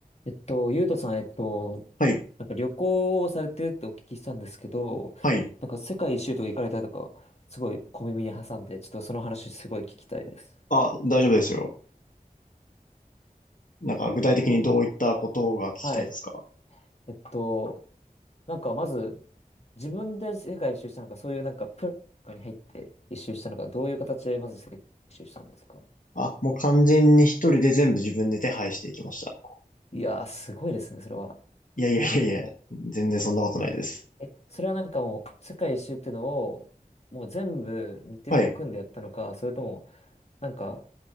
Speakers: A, on the left; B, on the left.
A: えっと、ゆうとさん、えっと、
B: はい、
A: なんか旅行をされてるってお聞きしたんですけど、
B: はい。
A: なんか世界一周とか行かれたとか、すごい小耳に挟んで、ちょっとその話すごい聞きたいです。
B: あ、大丈夫ですよ。なんか具体的にどういったことが聞きたいですか
A: はい。えっと、なんかまず、自分で世界一周したのか、そういうなんかプロに入って一周したのか、どういう形でまず世界一周したんですか
B: あ、もう完全に一人で全部自分で手配していきました。
A: いやー、すごいですね、それは。
B: いやいやいやいや、全然そんなことないです。
A: え、それはなんかもう、世界一周ってのを、もう全部日程とか組んでやったのか、
B: はい。
A: それとも、なんか、